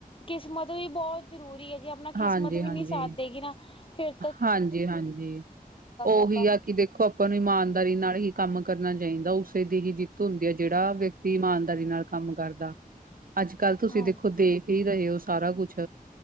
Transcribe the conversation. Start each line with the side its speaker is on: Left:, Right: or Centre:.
Left: ਕਿਸਮਤ ਵੀ ਬਹੁਤ ਜ਼ਰੂਰੀ ਹੈ, ਜੇ ਆਪਣਾ
Right: ਹਾਂਜੀ
Left: ਕਿਸਮਤ ਵੀ
Right: ਹਾਂਜੀ
Left: ਨਹੀਂ ਸਾਥ ਦੇਗੀ ਨਾ ਫੇਰ
Right: ਹਾਂਜੀ, ਹਾਂਜੀ ਉਹੀ
Left: ਆਪਾਂ
Right: ਵੀ ਆ ਕਿ ਦੇਖੋ ਆਪਾਂ ਨੂੰ ਇਮਾਨਦਾਰੀ ਨਾਲ ਹੀ ਕੰਮ ਕਰਨਾ ਚਾਹੀਦਾ ਉਸੇ ਦੀ ਹੀ ਜਿੱਤ ਹੁੰਦੀ ਹੈ ਜਿਹੜਾ ਵਿਅਕ ਦੀ ਇਮਾਨਦਾਰੀ ਨਾਲ ਕੰਮ ਕਰਦਾ। ਅੱਜ ਕੱਲ੍ਹ ਤੁਸੀਂ
Left: ਹਾਂਜੀ
Right: ਦੇਖੋ ਦੇਖ ਹੀ ਰਹੇ ਹੋ ਸਾਰਾ ਕੁਛ।